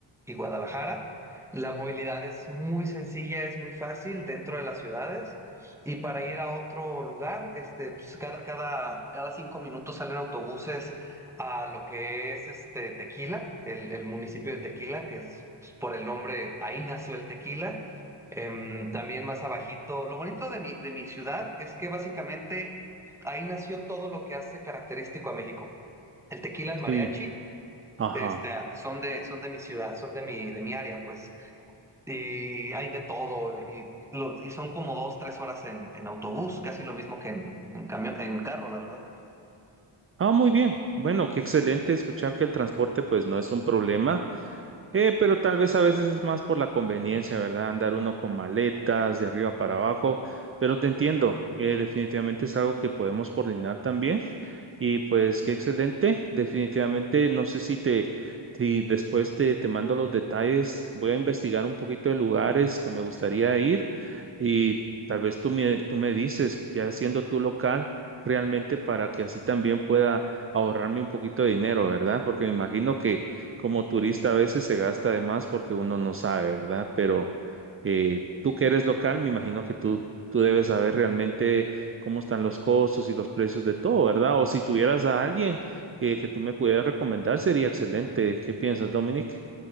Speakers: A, in the centre; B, on the right.
A: y Guadalajara, la movilidad es muy sencilla, es muy fácil dentro de las ciudades. Y para ir a otro lugar, este, pues, cada, cada, cada cinco minutos salen autobuses a lo que es este, Tequila, el, el municipio de Tequila, que es por el nombre, ahí nació el tequila. Em, también más abajito, lo bonito de mi, de mi ciudad es que básicamente ahí nació todo lo que hace característico a México. El tequila, el mariachi,
B: Sí. Ajá.
A: este, ah, son de, son de mi ciudad, son de mi, de mi área, pues. Y hay de todo, y, lo- y son como dos, tres horas en, en autobús, casi lo mismo que en, en camión, en carro, la verdad.
B: Ah, muy bien. Bueno, qué excelente escuchar que el transporte pues no es un problema, eh, pero tal vez a veces es más por la conveniencia, ¿verdad? Andar uno con maletas de arriba para abajo, pero te entiendo, eh, definitivamente es algo que podemos coordinar también. Y pues qué excelente. Definitivamente, no sé si te, si después te, te mando los detalles. Voy a investigar un poquito de lugares que me gustaría ir y tal vez tú me, tú me dices, ya siendo tu local, realmente para que así también pueda ahorrarme un poquito de dinero, ¿verdad? Porque me imagino que como turista a veces se gasta de más porque uno no sabe, ¿verdad? Pero eh, tú que eres local, me imagino que tú, tú debes saber realmente cómo están los costos y los precios de todo, ¿verdad? O si tuvieras a alguien que, que tú me pudieras recomendar, sería excelente. ¿Qué piensas, Dominic?